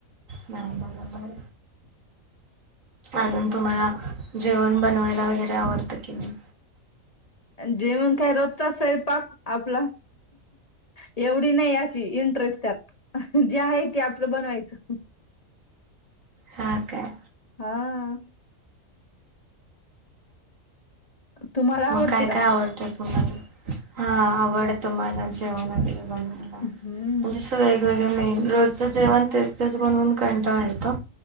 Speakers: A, on the right; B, on the left.
A: नाही मला बाई. अजून तुम्हाला जेवण बनवायला वगैरे आवडतं की नाही?
B: जेवण काय रोजचा स्वयंपाक आपला एवढी नाही. अशी इंटरेस्ट त्यात. जे आहे ते. बनवायचं
A: हा काय
B: हा. तुम्हाला
A: मग
B: आवडते
A: काय-काय
B: का?
A: आवडतं? तुम्हाला. हा आवडतं मला जेवणामध्ये. सर्वांना
B: हम्म.
A: थोडसं वेगळ आहे. रोजच-जेवण. तेच-तेच बनवून कंटाळा येतो.